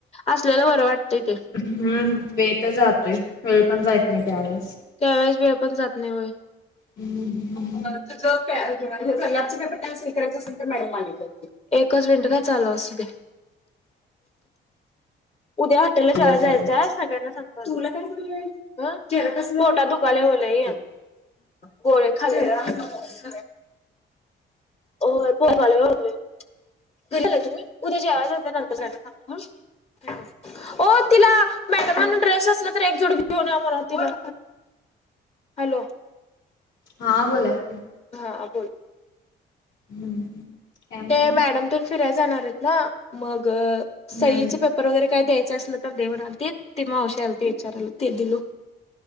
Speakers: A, on the left (about 30°); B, on the left (about 70°).
A: असल्याल बरं वाटतंय ते
B: हम्म वेळ तर जातोय वेळ पण जाईत नाही त्यावेळेस
A: त्यावेळेस वेळ पण जात नाही हो
B: हम्म ह <inaudible>
A: आजचा पेपर कॉन्सल करायचे असेल तर, मॅडम मानते एकच मिनट ह, चालू असूदे, उद्या त्याला
B: चालेल
A: शाळेत
B: चालेल
A: जायाचं सगळ्यांना सांग तुला काय झालंय बघ चेहरा कसा पोटात दुखायला हो लई गोळ खाल्या चेहरा कसा झालंय ओ पोहे पाय ओतले घरीचेना तुम्ही उद्या जेवायला जायचे नंतर चाना सांगतो ह. ह <inaudible> हो तिला, मॅडम म्हण ड्रेस नसला तर, एकजोट घेऊन या बर तीला. हॅलो.
B: हा, बोला की.
A: हा बोला.
B: हम्म. काय म्हणला
A: ते मॅडम तेन फिरायला जाणारेत ना, मग सईच
B: हम्म
A: पेपर वगैरे काय द्यायच असल तर दे म्हलती, ते मावशी आलती ते विचाराला, ते दिल.